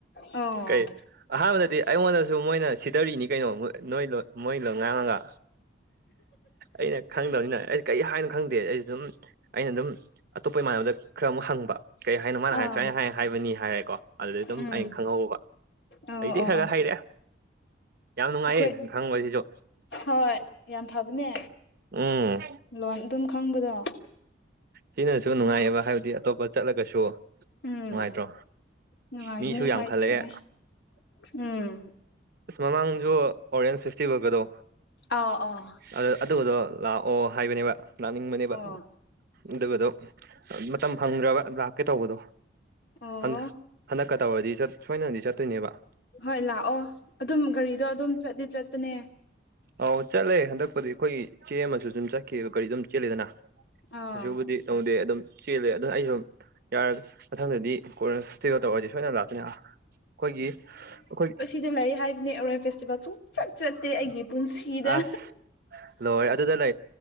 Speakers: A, on the left; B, on the right.
A: ꯑꯣ
B: ꯀꯩ ꯑꯍꯥꯟꯕꯗꯗꯤ ꯑꯩꯉꯣꯟꯗꯁꯨ ꯃꯣꯏꯅ ꯁꯤꯗꯔꯤꯅꯤ ꯀꯩꯅꯣ ꯅꯣꯏ ꯃꯣꯏ ꯂꯣꯟ ꯉꯥꯡꯉꯒ ꯑꯩꯅ ꯈꯪꯗꯕꯅꯤꯅ ꯑꯩ ꯀꯔꯤ ꯍꯥꯏꯅꯣ ꯈꯪꯗꯦ ꯑꯩꯁꯨ ꯁꯨꯝ ꯑꯩꯅ ꯑꯗꯨꯝ ꯑꯇꯣꯞꯄ ꯏꯃꯥꯟꯅꯕꯗ ꯈꯔ ꯑꯃꯨꯛ ꯍꯪꯕ ꯀꯩ ꯍꯥꯏꯅꯣ ꯃꯥꯅ
A: ꯑꯥ
B: ꯍꯥꯏ ꯁꯨꯃꯥꯏꯅ ꯍꯥꯏ ꯍꯥꯏꯕꯅꯤ ꯍꯥꯏꯔꯦꯀꯣ ꯑꯗꯨꯗꯤ ꯑꯗꯨꯝ
A: ꯎꯝ
B: ꯑꯩꯅ ꯈꯪꯍꯕ
A: ꯑꯣ
B: ꯑꯩꯗꯤ
A: ꯑꯣ
B: ꯈꯔ
A: ꯑꯣ
B: ꯈ ꯍꯥꯏ ꯀꯔꯦ ꯌꯥꯝ ꯅꯨꯡꯉꯥꯏꯌꯦ
A: ꯑꯩꯈꯣꯏ
B: ꯈꯪꯕꯁꯤꯁꯨ
A: ꯍꯣꯏ ꯌꯥꯝ ꯐꯕꯅꯦ
B: ꯎꯝ
A: ꯂꯣꯟ ꯑꯗꯨꯝ ꯈꯪꯕꯗꯣ
B: ꯁꯤꯅꯁꯨ ꯅꯨꯡꯉꯥꯏꯑꯕ ꯍꯥꯏꯕꯗꯤ ꯑꯇꯣꯞꯄ ꯆꯠꯂꯒꯁꯨ
A: ꯎꯝ
B: ꯅꯨꯡꯉꯥꯏꯇ꯭ꯔꯣ
A: ꯅꯨꯡꯉꯥꯏꯕꯅꯦ
B: ꯃꯤꯁꯨ ꯌꯥꯝꯈꯠꯂꯛꯑꯦ
A: ꯍꯣꯏ ꯆꯨꯝꯃꯦ ꯎꯝ
B: ꯏꯁ ꯃꯃꯥꯡꯁꯨ ꯑꯣꯔꯦꯟꯁ ꯐꯁꯇꯤ ꯐꯀꯗꯣ
A: ꯑꯥ ꯑꯥ
B: ꯑ ꯑꯗꯨꯗꯣ ꯂꯥꯛꯑꯣ ꯍꯥꯏꯕꯅꯦꯕ ꯂꯥꯛꯅꯤꯡꯕꯅꯦꯕ
A: ꯑꯣ
B: ꯑꯗꯨꯒꯗꯣ ꯃꯇꯝ ꯐꯪꯗ꯭ꯔꯕ ꯂꯥꯛꯀꯦ ꯇꯧꯕꯗꯣ
A: ꯑꯣ
B: ꯍꯟ ꯍꯟꯗꯛꯀ ꯇꯧꯕꯗꯤ ꯁꯣꯏꯅꯅꯗꯤ ꯆꯠꯇꯣꯏꯅꯦꯕ
A: ꯍꯣꯏ ꯂꯥꯛꯑꯣ ꯑꯗꯨꯝ ꯒꯥꯔꯤꯗꯣ ꯑꯗꯨꯝ ꯆꯠꯗꯤ ꯆꯠꯇꯅꯦ
B: ꯑꯧ ꯆꯠꯂꯦ ꯍꯟꯗꯛꯄꯨꯗꯤ ꯑꯩꯈꯣꯏ ꯏꯆꯦ ꯑꯃꯁꯨ ꯑꯗꯨꯝ ꯆꯠꯈꯤꯑꯕ ꯀꯒꯥꯔꯤ ꯑꯗꯨꯝ ꯆꯦꯂꯦꯗꯅ
A: ꯑꯥ
B: ꯀꯩꯁꯨ ꯗꯤ ꯇꯧꯗꯦ ꯑꯗꯨꯝ ꯆꯦꯜꯂꯦ ꯑꯗꯨꯅ ꯑꯩꯁꯨ ꯌꯥꯔꯒ ꯃꯊꯪꯗꯗꯤ ꯀꯣꯟꯅ ꯇꯤꯔꯣꯇ ꯑꯣꯏꯔꯗꯤ ꯁꯣꯏꯗꯅ ꯂꯥꯛꯇꯅ ꯑꯩꯈꯣꯏꯒꯤ ꯑꯩꯈꯣꯏ
A: ꯗ ꯂꯩ ꯍꯥꯏ ꯔꯣꯏ ꯐꯦꯁꯇꯤꯚꯦꯜ ꯁꯨꯡ ꯆꯠ ꯆꯠꯇꯦ ꯑꯩꯒꯤ ꯄꯨꯟꯁꯤꯗ
B: ꯑꯁ ꯂꯣꯏ ꯑꯗꯨꯗ ꯂꯩ